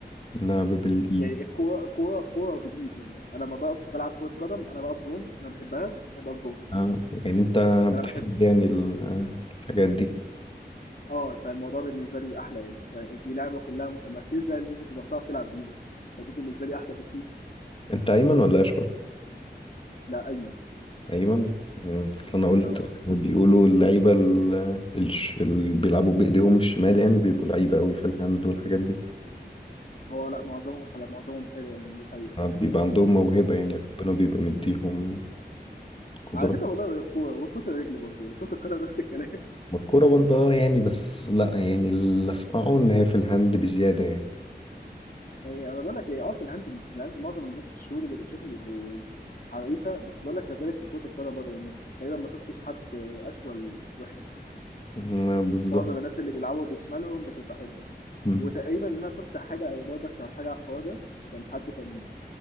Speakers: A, on the left; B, on the left.
A: لعب بالإيد
B: يعني الكورة كورة كورة بالإيد يعني أنا لما بقف بلعب كرة قدم أنا بقف جون أنا بحبها بحب أقف جون
A: اه يعني انت
B: لأن أنا
A: بتحب
B: بحب
A: يعني ال- الحاجات دي
B: اه فالموضوع بالنسبة لي أحلى يعني ف- دي لعبة كلها متمركزة إن أنت تبقى بتعرف تلعب بإيدك فدي بالنسبة لي أحلى بكتير
A: انت ايمن ولا اشول
B: لا أيمن
A: ايمن آه، اصل انا قلت
B: اه
A: بيقولوا اللعيبه ال- الش- اللي بيلعبوا بايديهم الشمال يعني بيبقوا لعيبه قوي في الهاند والحاجات دي
B: هو لا معظمهم حلو معظمهم حلو يعني دي حقيقة
A: آه، بيبقى عندهم موهبه يعني ربنا بيبقى مديهم قدره
B: على فكره والله الكوره وكره الرجل برضه يعني كره القدم نفس الكلام
A: ما الكوره برضه آه، يعني بس لا يعني اللي اسمعه ان هي في الهاند بزياده يعني
B: <laughs> يعني انا بقول لك ايه اه في الهاند في الهاند معظم الناس الشهور اللي بتشوفهم بيبقوا حريفه بس بقول لك كذلك في كره القدم برضه يعني تقريبا ما شفتش حد اشول وحش
A: آه، بالظبط
B: معظم الناس اللي بيلعبوا بشمالهم بتبقى حلوه
A: م-
B: وتقريبا ان انا شفت حاجه برضه كان حاجه على الحوار ده كان حد كان